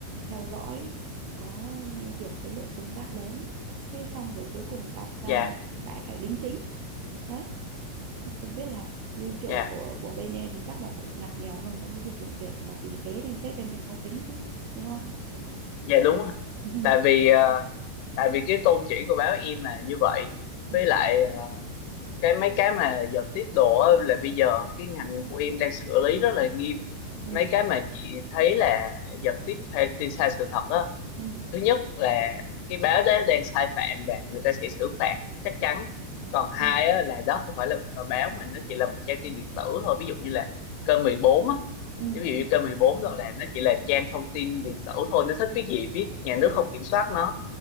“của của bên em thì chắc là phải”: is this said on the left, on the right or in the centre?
Right